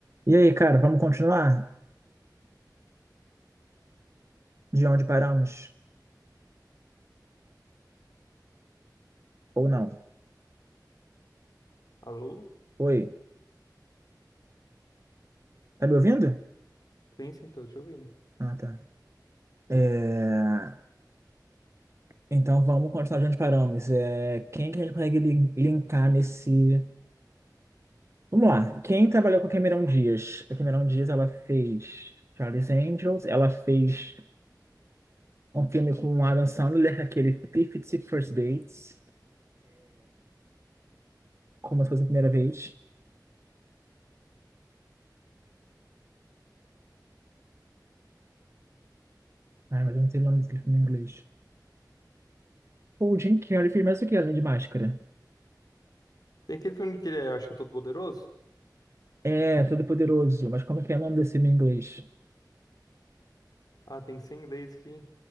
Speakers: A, on the right (about 40°); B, on the left (about 60°).
A: E aí, cara, vamos continuar de onde paramos? Ou não?
B: Alô?
A: Oi, tá me ouvindo?
B: Sim, sim, tô te ouvindo.
A: Ah, tá. É, Então vamos continuar de onde paramos. É... Quem que a gente consegue lin- linkar nesse. Vamos lá. Quem trabalhou com a Cameron Diaz? A Cameron Diaz ela fez Charlie's Angels, ela fez um filme com o Adam Sandler, aquele *Fifty First Dates, como se fosse a primeira vez. Ai, mas eu não sei o nome desse filme em inglês. O Jim Carrey fez mais o que além de máscara?
B: Tem aquele filme que ele é, acho que é Todo Poderoso?
A: É, Todo-Poderoso. Mas como é que é o nome desse filme em inglês?
B: Ah, tem que ser em inglês aqui.